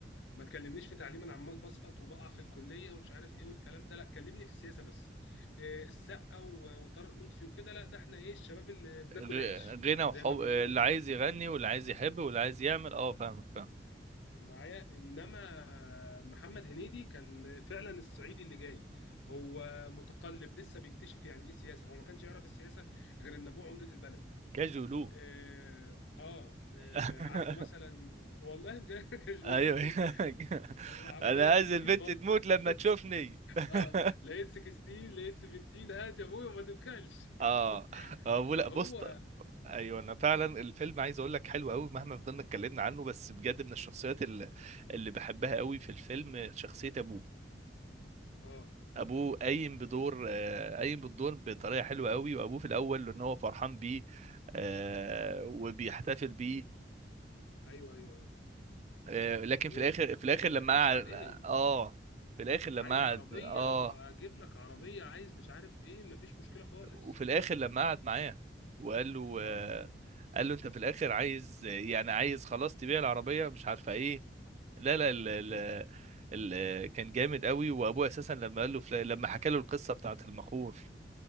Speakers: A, on the left; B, on the right.
A: ما تكلمنيش في تعليم انا عمال بسقط وبقع في الكليه ومش عارف ايه والكلام ده لا كلمني في السياسه بس آه، السقا و- وطارق لطفي وكده لا ده احنا ايه الشباب اللي بناكل
B: غ-
A: عيش
B: غنى وحب
A: زي ما بنقول
B: اللي
A: كده
B: عايز يغني واللي عايز يحب واللي عايز يعمل اه فاهمك فاهمك
A: معايا انما محمد هنيدي كان فعلا الصعيدي اللي جاي هو متقلب لسه بيكتشف يعني ايه سياسه هو ما كانش يعرف السياسه غير ان ابوه عمده البلد
B: كاجولو
A: اه اه, آه
B: <laughs>
A: عنده مثلا والله بجد <laughs> يا جولو
B: ايوه <laughs>
A: عربية
B: انا عايز
A: 15
B: البنت
A: فولت
B: تموت
A: <laughs>
B: لما تشوفني <laughs>
A: اه لقيت 16 لقيت 17 هات يا ابوي وما تبخلش
B: اه
A: <laughs>
B: آه،
A: فهو
B: لا بص ايوه انا فعلا الفيلم عايز اقول لك حلو قوي مهما فضلنا اتكلمنا عنه بس بجد من الشخصيات اللي, اللي بحبها قوي في الفيلم شخصيه ابوه
A: اه
B: ابوه قايم بدور آه، قايم بالدور بطريقه حلوه قوي وابوه في الاول ان هو فرحان بيه آه، وبيحتفل بيه
A: ايوه ايوه ايوه
B: آه، لكن
A: و...
B: في الاخر في الاخر
A: وما
B: لما
A: بخلش
B: قعد
A: عليه
B: اه في الاخر لما
A: عايز عربية
B: قعد اه
A: اجيب لك عربية عايز مش عارف ايه مفيش مشكلة خالص
B: وفي الاخر لما قعد معاه وقال له
A: اه
B: آه، قال له انت في الاخر عايز يعني عايز خلاص تبيع العربيه مش عارفه ايه لا لا ال ال
A: مم.
B: ال كان جامد قوي وابوه اساسا لما قال له فلا- لما حكى له القصه بتاعت المخور